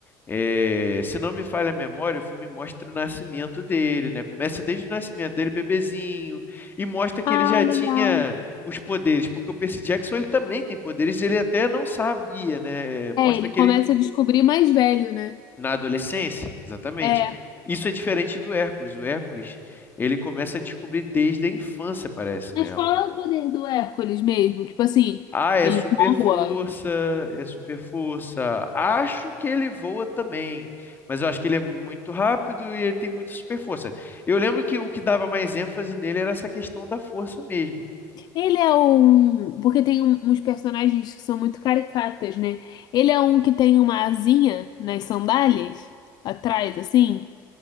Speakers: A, on the left (about 25°); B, on the left (about 55°).
A: eh, se não me falha a memória, o filme mostra o nascimento dele, né? Começa desde o nascimento dele, bebezinho, e mostra que
B: Ah,
A: ele já tinha
B: legal.
A: os poderes, porque o Percy Jackson ele também tem poderes, ele até não sabia, né? Mostra
B: É, ele
A: que
B: começa
A: ele
B: a descobrir mais velho, né?
A: na adolescência, exatamente.
B: É.
A: Isso é diferente do Hércules. O Hércules, ele começa a descobrir desde a infância, parece,
B: Mas
A: né?
B: qual é o poder do Hércules mesmo? Tipo assim,
A: Ah, é
B: ele
A: super força,
B: voa, ele.
A: é super força. Acho que ele voa também, mas eu acho que ele é muito rápido e ele tem muita super força. Eu lembro que o que dava mais ênfase nele era essa questão da força mesmo.
B: Ele é um. Porque tem um- uns personagens que são muito caricatas, né? Ele é um que tem uma asinha nas sandálias, atrás, assim.